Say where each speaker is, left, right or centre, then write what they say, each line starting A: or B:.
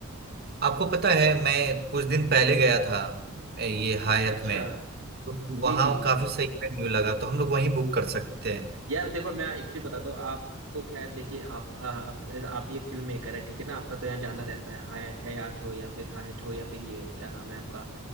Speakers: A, on the right (about 50°); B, on the right (about 75°).
A: आपको पता है मैं कुछ दिन पहले गया था ए, ये हायत
B: अच्छा
A: में तो
B: जी
A: वहाँ
B: जी
A: काफी सही मेन्यू लगा तो हम लोग वहीं बुक कर सकते हैं
B: यार देखो मैं एक चीज बताता हूँ आप तो खैर देखिए आप, आ- आप आप भी एक फिल्म मेकर है ठीक है ना आपका तो यहाँ जाना रहता है हाय हयात हो या फिर हायट हो या फिर ये क्या नाम है आपका